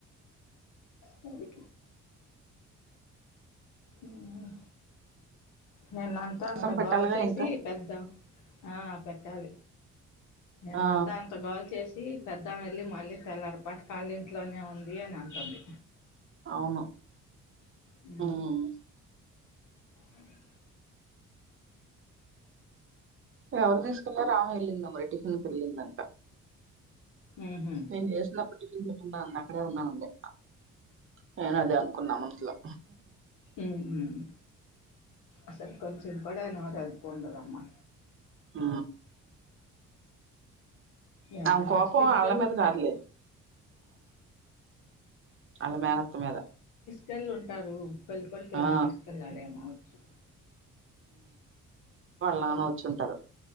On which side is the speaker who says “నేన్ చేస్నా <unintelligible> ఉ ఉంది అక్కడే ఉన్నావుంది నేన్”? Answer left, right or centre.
Right